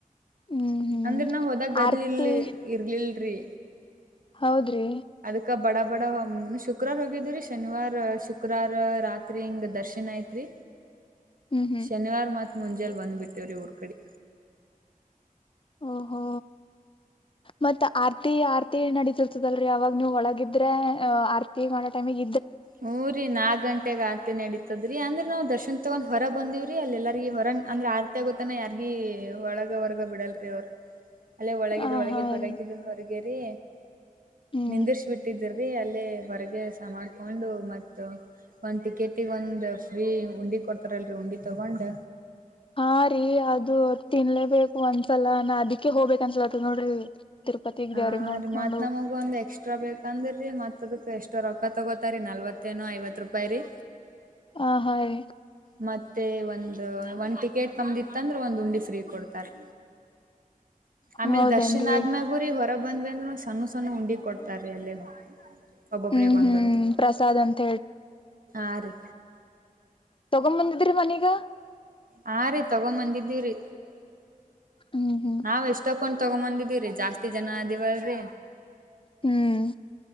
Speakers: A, on the left; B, on the right.
A: ಹ್ಮ್ ಹ್ಮ್
B: ಅಂದ್ರ ನಾ ಹೋದಾಗ ಗದ್ಲಿಲ್
A: ಆರ್ತಿ
B: ಇರ್ಲಿಲ್ರಿ
A: ಹೌದ್ರಿ
B: ಅಕ್ಕ ಬಡ ಬಡ ಶುಕ್ರವಾರ್ ಹೋಗಿದ್ವಿರಿ ಶನಿವಾರ್ ಶುಕ್ರವಾರ ರಾತ್ರಿ ಹಿಂಗ ದರ್ಶನ್ ಐತ್ರಿ
A: ಹ್ಮ್ ಹ್ಮ್
B: ಶನಿವಾರ ಮ ಮುಂಜೆಲ್ ಬಂದ್ ಬಿಟ್ಟೇವ್ರಿ ಊರ್ ಕಡೆ
A: ಓಹೋ ಮತ್ತ ಆರ್ತಿ ಆರ್ತಿ ನಡತಿರ್ತದಲ್ರರಿ ಯಾವಾಗ ನೀವು್ ಒಳಗಿದ್ರೆ ಆರ್ತಿ ಮಾಡೋ ಟೈಮಗ
B: ಹಊರಿ ನಾಲ್ಕ ಗಂಟೆಗೆ ಆರತಿ ನಡೀತ ಹದ್ರಿ ಅಂದ್ರ ನಾವ್ ದರ್ಶನ್ ತಗೊಂಡ್ ಹೊರ ಬಂದವ್ರಿ ಅಲ್ಲ ಎಲ್ಲಾರ್ಗ ಹೊರ ಅಂದ್ರ ಆರ್ತಿ ಆಗೋತಾನ ಯಾರ್ಗ ಒಳಗ ಹೊರಗ ಬಿಡಲ್ರಿ ಅವ್ರರು ಅಲ್ಲೇ ಒಳಗಿದ್ರ
A: ಆ
B: ಒಳಗೆ
A: ಹಾ
B: ಹೊರಗಿದ್
A: ರೀ
B: ಹೊರಗೇರಿ
A: ಹ್ಮ್
B: ನಿಂದಿರಿಸಿ ಬಿಟ್ಟಿದ್ದರು ಅಲ್ಲಿ ಹೊರಗೆ ಸಮಾ ತಕೊಂಡು ಮತ್ತ ಒಂದ್ ಟಿಕೆಟಗ ಒಂದ ಫ್ರೀ ಉಂಡಿ ಕೊಡ್ತಾರಲ್ರರಿ ಉಂಡಿ ತಗೊಂಡ್
A: ಹಾ ರೀ ಅದು ತಿನ್ಲೇಬೇಕು ಅನ್ಸಲ ನಾ ಅದಿಕ್ಕೆ ಹೋಗ್ಬೇಕ ಅನ್ಸಲತ ನೋಡ್ರಿ ತಿರುಪತಿಗ್
B: ಹ
A: ದೇವ್ರಗ್ ನೋಡ್ಕೊಂಡು
B: ರೀ ಮತ್ ನಮಗ ಒಂದ್ ಎಕ್ಸ್ಟ್ರಾ ಬೇಕಂದ್ರೀ ಮತ್ ದಕ್ಕೆ ಎಷ್ಟ ರೊಪಾಯ ತಗೋತಾರೀ ನಲ್ವತ್ತೇನು ಐವತ್ ರೂಪಾಯಿ ರೀ
A: ಹ ಹಾಗ ರ
B: ಮತ್ತೆ ಒಂದು ಒಂದು ಟಿಕೆಟ್ ತಮ್ದಿ ಅಂದ್ರೆ ಒಂದು ಉಂಡಿ ಫ್ರೀ ಕೊಡ್ತಾರೆ ಆಮೇಲ್
A: ಹೌದೇನ್ರಿ
B: ದರ್ಶನ್ ಆದ್ಮಾಗುರಿ ಹೊರ ಬಂದ್ವಿ ಅಂದ್ರು ಸಣ್ಣ ಸಣ್ಣ ಉಂಡಿ ಕೊಡ್ತಾರೀ ಅಲ್ಲೇ ಒಬ್ಬೊಬ್ರಗೊಂದಂತ
A: ಹ್ಮ್ ಹ್ಮ್ ಪ್ರಸಾದ್ ಅಂತ
B: ಆರು
A: ತಗೊಂಡು ಬಂದಿದ್ರಿ ಮನೀಗ
B: ಹಾ ರೀ ತಗೊಂಬಂದಿದ್ದೀರರಿ
A: ಹ್ಮ್ ಹ್ಮ್
B: ನಾವ್ ಎಷ್ಟ ಹಕೊಂಡ್ ತಗೊಂಬಂದಿದೀರಿ ಜಾಸ್ತಿ ಜನ ಅಲ್ರೀ
A: ಹ್ಮ್